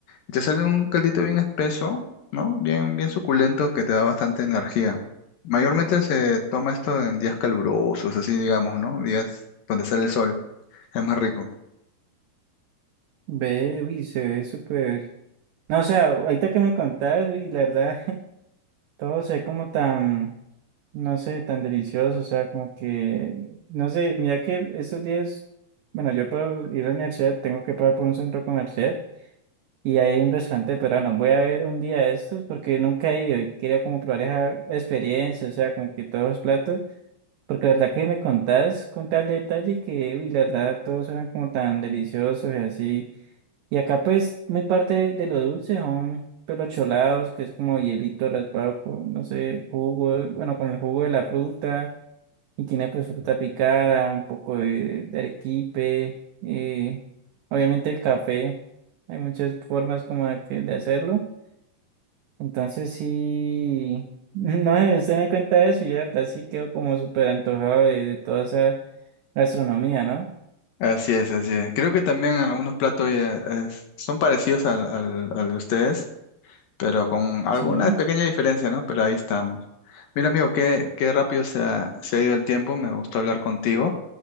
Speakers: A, on the left; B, on the right.
A: y te sale un caldito bien espeso, ¿no? Bien, bien suculento que te da bastante energía. Mayormente se toma esto en días calurosos, así digamos, ¿no? Días donde sale el sol. Es más rico.
B: ve, uy, se ve súper. No, o sea, ahorita que me contás, y la verdad, <laughs> todo se ve como tan, no sé, tan delicioso, o sea, como que, no sé, mira que estos días, bueno, yo para ir a la universidad tengo que pasar por un centro comercial y hay un restaurante peruano. Voy a ver un día de estos porque nunca he ido y quería como probar esa experiencia, o sea, como que todos los platos. Porque la verdad que me contás con tal detalle que, uy, la verdad, todos suenan como tan deliciosos y así. Y acá, pues, muy parte de lo dulce son pues, los cholados, que es como hielito raspado con, no sé, jugo, bueno, con el jugo de la fruta. Y tiene, pues, fruta picada, un poco de, de arequipe. eh, obviamente, el café. Hay muchas formas como de, que- de hacerlo. Entonces sí, <laughs> no, eh, usted me cuenta eso y yo la verdad sí quedo como súper antojado de, de toda esa gastronomía, ¿no?
A: Así es, así es. Creo que también algunos platos ya es- son parecidos al, al, al de ustedes. pero con algunas
B: Sí.
A: pequeñas diferencias, ¿no? Pero ahí estamos. Mira, amigo, qué, qué rápido se ha, se ha ido el tiempo, me gustó hablar contigo